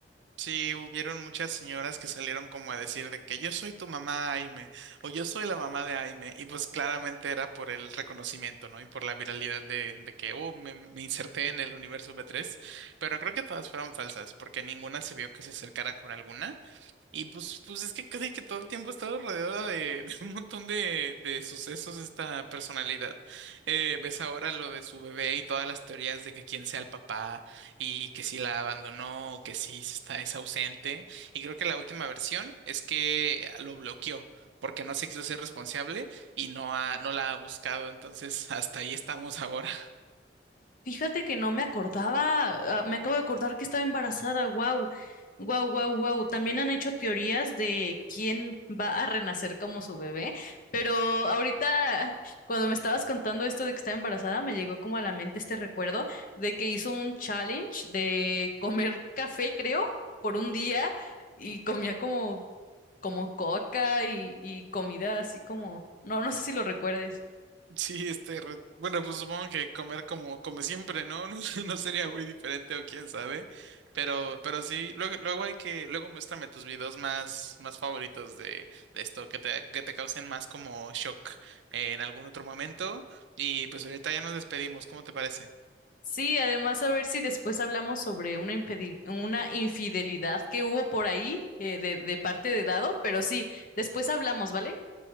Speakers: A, on the right (about 85°); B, on the left (about 50°).
A: Sí, hubieron muchas señoras que salieron como a decir de que yo soy tu mamá, Aime, o yo soy la mamá de Aime, y pues claramente era por el reconocimiento, ¿no? Y por la viralidad de, de que, oh, me, me inserté en el universo B3, pero creo que todas fueron falsas, porque ninguna se vio que se acercara con alguna, y pues, pues es que casi que todo el tiempo ha estado rodeada de, <laughs> de un montón de, de sucesos esta personalidad. Eh, ves ahora lo de su bebé y todas las teorías de que quién sea el papá y que si la abandonó o que si se está, es ausente. Y creo que la última versión es que lo bloqueó porque no se quiso ser responsable y no, ha, no la ha buscado. Entonces, hasta ahí estamos ahora.
B: Fíjate que no me acordaba, ah, me acabo de acordar que estaba embarazada, wow, wow, wow, wow. También han hecho teorías de quién va a renacer como su bebé, pero ahorita cuando me estabas contando esto de que estaba embarazada, me llegó como a la mente este recuerdo de que hizo un challenge de comer café, creo, por un día y comía como, como coca y, y comida así como, no, no sé si lo recuerdes.
A: Sí, este, re- bueno, pues supongo que comer como come siempre, ¿no? <laughs> No, no sería muy diferente o quién sabe, pero, pero sí, luego, luego hay que, luego muéstrame tus videos más, más favoritos de, de esto, que te, que te causen más como shock eh, en algún otro momento y pues ahorita ya nos despedimos, ¿cómo te parece?
B: Sí, además a ver si después hablamos sobre una, infedi- una infidelidad que hubo por ahí eh, de, de parte de Dado, pero sí, después hablamos, ¿vale?